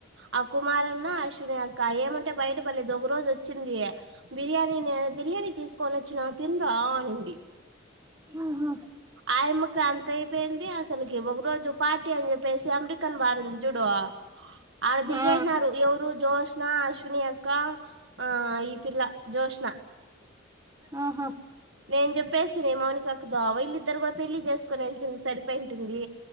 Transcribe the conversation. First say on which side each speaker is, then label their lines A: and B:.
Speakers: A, on the right; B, on the right.
A: ఆ కుమారన్నా అశ్విని అక్క ఏమంట అంటే బయటపడలేది ఒక రోజు వచ్చింది బిర్యానీ బిర్యానీ తీసుకొని వచ్చిన తినురా అనింది <inaudible>
B: ఆహా
A: ఆయమ్మకు అంత అయిపోయింది అసల్ అసలకి ఒక రోజు పార్టీ అని చెప్పేసి అమెరికన్ బారింది జూడు ఆడ దిగేసినారు
B: ఆ
A: ఎవరు జ్యోస్నా అశ్విని అక్కా ఆ ఈ పిల్లా జ్యోస్నా
B: ఆహా
A: నేను చెప్పేస్తిని మౌనికక్కతో వీళ్ళిద్దరు గూడా పెళ్ళి చేసుకోనేల్ సింది సరిపోయింటుంది